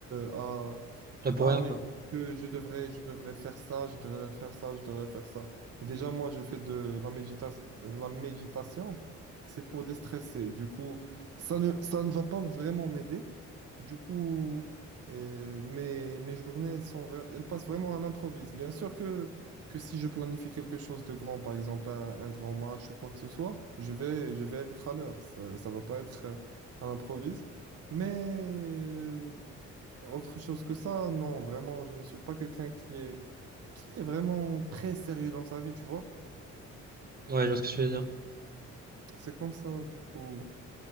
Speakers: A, on the right; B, on the right.
A: à
B: là pour
A: ah,
B: rien
A: mais
B: quoi.
A: que je devrais, je devrais faire ça, je devrais faire ça, je devrais faire ça. Et déjà, moi, je fais de la médita- la méditation, c'est pour déstresser. Du coup, ça ne, ça ne va pas vraiment m'aider. Du coup, euh, mes, mes journées, elles sont, vra- elles passent vraiment à l'improviste. Bien sûr que, que si je planifie quelque chose de grand, par exemple un, un grand match ou quoi que ce soit, je vais, je vais être à l'heure. Ça, ça va pas être euh, à l'improviste. Mais autre chose que ça, non, vraiment, je ne suis pas quelqu'un qui est, qui est vraiment très sérieux dans sa vie, tu vois.
B: Ouais, je vois ce que tu veux dire.
A: C'est comme ça, du coup,